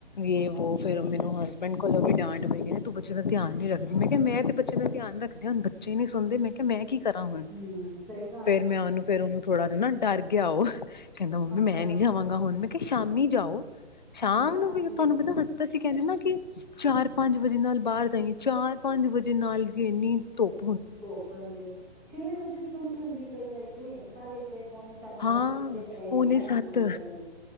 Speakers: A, on the left; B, in the centre.
A: ਯੇ ਵੋ ਫਿਰ ਮੈਨੂੰ ਹਸਬੈਂਡ ਕੋ ਵੀ ਡਾਂਟ ਹੋਈ ਹੈ ਤੋ ਬੱਚੇ ਦਾ ਧਿਆਨ ਨਹੀਂ ਰੱਖਦੀ ਮੈਂ ਤੇ ਬੱਚੇ ਦਾ ਧਿਆਨ ਰੱਖਿਆ ਧਿਆਨ ਬੱਚੇ ਸੁਣਦੇ ਮੈਂ ਕਿਹਾ ਮੈਂ ਕੀ ਕਰਾਂ ਹੁਣ
B: ਹੂੰ ਸਹੀ ਗੱਲ
A: ਫਿਰ
B: ਹੈ
A: ਮੈਂ ਉਹਨੂੰ ਫਿਰ ਉਹਨੂੰ ਥੋੜਾ ਜ ਨਾ ਡਰ ਗਿਆ ਉਹ ਕਹਿੰਦਾ ਮਮੀ
B: ਅੱਛਾ
A: ਮੈਂ ਨਹੀਂ ਜਾਵਾਂਗਾ ਹੁਣ ਮੈਂ ਕਿ ਸ਼ਾਮੀ ਜਾਓ ਸ਼ਾਮ
B: ਹਾਂ ਸ਼ਾਮੀ
A: ਨੂੰ ਵੀ ਤੁਹਾਨੂੰ
B: ਖੇਡੋ
A: ਪਤਾ ਸੀ ਕਹਿੰਦੇ ਨਾ ਕਿ ਚਾਰ ਪੰਜ ਵਜੇ ਨਾਲ ਬਾਹਰ ਜਾਈ ਚਾਰ ਪੰਜ ਵਜੇ ਨਾਲ ਵੀ ਇਨੀ ਧੁਪ
B: ਧੁਪ ਪੈਂਦੇ ਛੇ ਵਜੇ ਦੀ ਕਮੀ ਹੁੰਦੀ ਏ ਕਈ ਵਾਰੀ ਤੇ ਸਾਢੇ ਛੇ ਪੌਣੇ ਸੱਤ ਜਾ
A: ਹਾਂ,
B: ਕੇ ਕਿਤੇ ਸਹੀ
A: ਪੋਨੇ
B: ਹੁੰਦਾ
A: ਸੱਤ
B: ਮੌਸਮ ਕਈ ਵਾਰੀ